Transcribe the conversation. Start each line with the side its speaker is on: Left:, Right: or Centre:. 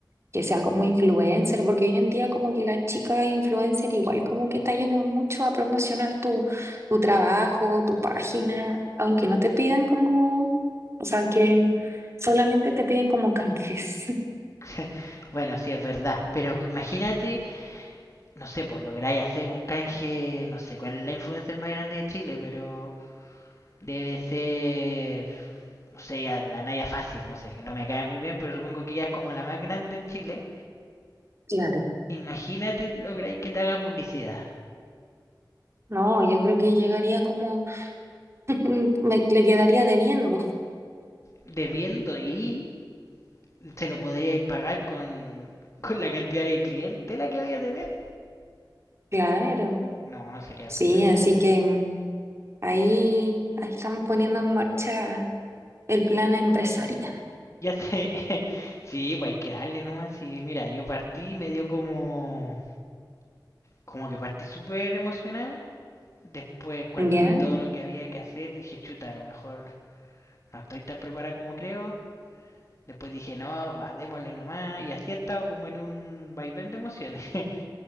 Right: que sea como influencer, porque hoy en día como que las chicas influencer igual como que te ayudan mucho a promocionar tu, tu trabajo, tu página, aunque no te pidan como, o sea, que solamente te piden como canjes. <laughs>
Left: <laughs> bueno, sí es verdad, pero imagínate, no sé, pues lográis hacer un canje, no sé cuál es la influencer más grande de Chile, pero debe ser, no sé, ya la Naya Fácil, no sé, que no me cae muy bien, pero supongo que ya es como la más grande en Chile.
Right: Claro.
Left: Imagínate lográis que te haga publicidad,
Right: No, yo creo que llegaría como, <laughs> me le quedaría debiendo.
Left: debiendo y se lo podríais pagar con, <laughs> con la cantidad de clientela que vaya a tener.
Right: Claro.
Left: No, sería espectacular.
Right: Sí, así que mm, ahí, ahí estamos poniendo en marcha el plan empresarial.
Left: Ya sé, <laughs> sí, pues hay que darle nomás. Sí, mira, yo partí, me dio como, como que partí súper emocionada. Después, cuando
Right: Ya,
Left: vi todo lo que había que hacer, dije, chuta, a lo mejor no estoy tan preparada como creo. Después dije, no, va, démosle nomás. Y así he estado como en un vaivén de emociones. <laughs>